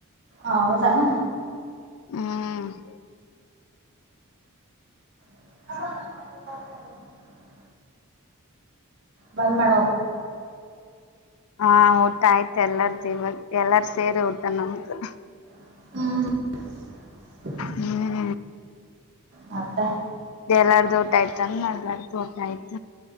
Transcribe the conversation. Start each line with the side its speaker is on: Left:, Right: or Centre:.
Right: ಹೌದನ
Left: ಹ್ಮ
Right: <unintelligible> ಬಂದ್ ಮಾಡೋ.
Left: ಹಾ ಊಟ ಆಯ್ತು ಎಲ್ಲಾರ ಸೇರಿ ಊಟ ನಮ್ದು.
Right: ಹ್ಮ
Left: ಹ್ಮ್
Right: ಮತ್ತ.
Left: ಎಲ್ಲಾರ್ದು ಊಟ ಆಯ್ತು ಏನ್ ಎಲ್ಲಾರ್ದ ಊಟ ಆಯ್ತ